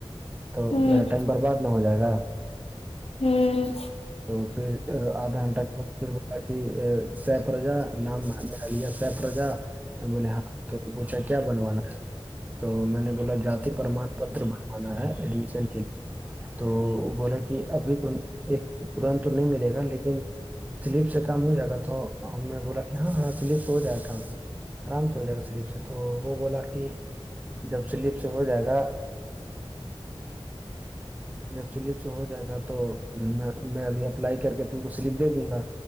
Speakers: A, on the right; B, on the left.
A: تو
B: ہوں ہوں
A: میرا ٹائم برباد نہ ہو جائے گا
B: ہوں
A: تو پھر آدھا گھنٹہ کے بعد پھر بولا کہ سیف رجا نام لیا سیف رجا تو بول ہاں تو پوچھا کیا بنونا ہے تو میں نے بولا جاتی پرمان پت بنوانا ہے ایڈمیشن کے لیے تو وہ بولے کہ ابھی تو ایک ترنت تو نہیں مل گا لیکن سلپ سے کام ہو جائے گا تو ہم نے بولا کہ ہاں ہاں سلپ سے ہو جائے گا کام آرام سے ہو جائے گا سلیپ سے تو وہ بولا کہ جب سلیپ سے ہو جائے گا جب سلپ سے ہو جائے گا تو میں ابھی اپلائی کر کے تم کو سلپ دے دوں گا